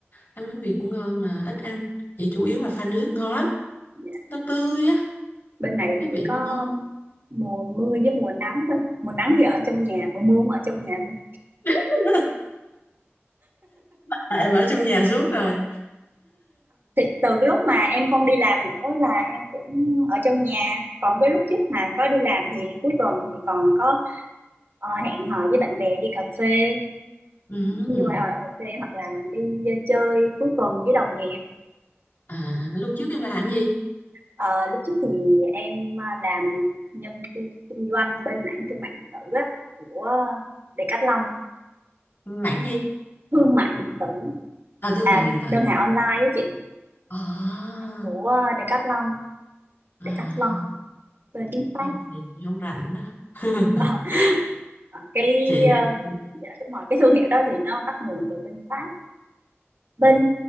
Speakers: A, on the left; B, on the right.
A: Ăn bánh mì cũng ngon mà ít ăn. Vậy chủ yếu là pha nước ngon lắm.
B: dạ.
A: Nó tươi á,
B: bên này thì
A: cái vị
B: chỉ có
A: nó ngon.
B: mùa mưa với mùa nắng thôi mùa nắng thì ở trong nhà mùa mưa cũng ở trong nhà luôn
A: <laughs> Tại em ở trong nhà suốt rồi.
B: thì từ cái lúc mà em không đi làm nữa là em cũng ở trong nhà còn cái lúc trước mà có đi làm thì cuối tuần thì còn có ờ, hẹn hò với bạn bè đi cà phê
A: Ừm.
B: đi ngoài ngoài cà phê hoặc là đi chơi cuối tuần với đồng nghiệp
A: À, lúc trước em làm gì?
B: Ờ, lúc trước thì em ờ, làm nhân viên kinh doanh bên mảng thương mại điện tử á, của Decathlon
A: Mảng gì?
B: thương mại điện tử
A: À,
B: là
A: thương mại điện tử.
B: đơn hàng online đó chị
A: À,
B: của Decathlon
A: à,
B: Decathlon tên tiếng Pháp
A: à, chị chị không rảnh đó. <laughs>
B: <laughs> Ờ, cái
A: Chị ờ,
B: ờ,
A: chắc
B: dạ đúng rồi cái thương hiệu đó thì nó bắt nguồn từ bên Pháp bên